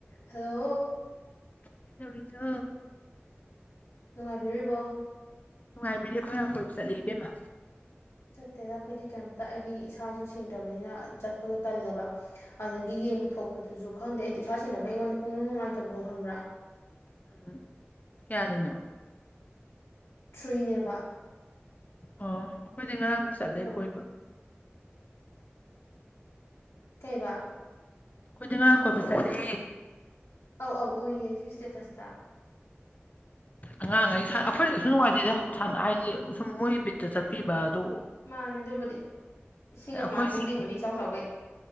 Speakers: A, on the left; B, on the left.
A: Hello
B: ꯀꯩꯗꯧꯔꯤꯅꯣ
A: ꯅꯨꯡꯉꯥꯏꯕꯤꯔꯤꯕꯣ
B: ꯅꯨꯡꯉꯥꯏꯕꯤꯔꯦ ꯈꯣꯏ ꯉꯥꯡ ꯀꯣꯏꯕ ꯆꯠꯂꯤ ꯏꯕꯦꯝꯃꯥ
A: ꯆꯠꯇꯦꯗ ꯑꯩꯈꯣꯏꯗꯤ ꯀꯩꯇ ꯑꯩꯗꯤ ꯏꯁꯥꯁꯨ ꯁꯦꯡꯗ꯭ꯔꯕꯅꯤꯅ ꯆꯠꯄꯗꯣ ꯇꯜꯂꯕ ꯑꯗꯒꯤ ꯌꯦꯡꯕ ꯊꯣꯛꯄꯗꯨꯁꯨ ꯈꯪꯗꯦ ꯑꯩꯗ‌ꯣ ꯏꯁꯥ ꯁ‌ꯦꯡꯗꯝꯅꯤ ꯑꯩꯉꯣꯟꯗ ꯄꯨꯡꯅꯨꯡ ꯅꯨꯡꯉꯥꯏꯇꯕꯗꯣ ꯈꯪꯕ꯭ꯔꯥ
B: ꯎꯝ ꯀꯌꯥꯅꯤꯅꯣ
A: ꯊ꯭ꯔꯤꯅꯦꯕ
B: ꯑꯣ ꯑꯩꯈꯣꯏꯗꯤ ꯉꯔꯥꯡ ꯆꯠꯂꯦ
A: ꯑꯗꯣ
B: ꯀꯣꯏꯕ
A: ꯀꯩꯕ
B: ꯑꯥꯈꯣꯏꯗꯤ ꯉꯥꯡ ꯀꯣꯏꯕ ꯆꯠꯂꯦ
A: ꯑꯧ ꯑꯧ ꯎꯏꯌꯦ ꯑꯩꯖꯨ ꯁ꯭ꯇꯦꯇꯁꯇ
B: ꯑꯉꯥꯡꯉꯩ ꯁꯥꯟꯅ ꯑꯩꯈꯣꯏ ꯀꯩꯁꯨ ꯅꯨꯡꯉꯥꯏꯇ‌ꯦꯗ ꯁꯥꯅ ꯍꯥꯏꯗꯤ ꯁꯨꯝ ꯃꯣꯏ ꯕꯤꯠꯇ ꯆꯠꯄꯤꯕꯗꯨ
A: ꯃꯥꯅꯦ ꯑꯗꯨꯕꯨꯗꯤ ꯏꯁꯤꯡꯒ
B: ꯑꯩꯈꯣꯏꯒꯤ
A: ꯀꯃꯥꯏ ꯀꯨꯝꯅꯤꯡꯉꯨꯅꯤ ꯏꯆꯥꯎ ꯆꯥꯎꯈꯩ